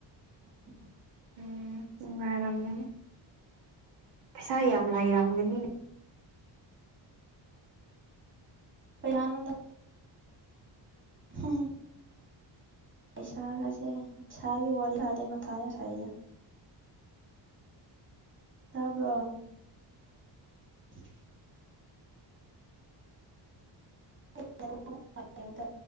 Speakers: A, on the right (about 25°); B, on the right (about 60°).
A: ꯎꯝ
B: ꯎꯝ ꯑꯉꯥꯏꯔꯝꯒꯅꯤ ꯄꯩꯁꯥ ꯌꯥꯝ ꯂꯥꯏꯔꯝꯒꯅꯤꯅꯦ
A: ꯀꯥꯢꯗꯩꯅꯣꯗꯥ <unintelligible> ꯄꯩꯁꯥꯒꯁꯦ ꯄꯩꯁꯥꯒꯤ ꯋꯥꯔꯤ ꯁꯥꯗꯦ ꯃꯊꯥ ꯌꯥꯝ ꯁꯥꯢꯗꯥ ꯇꯥꯕꯔꯣ <inaudible> <inaudible>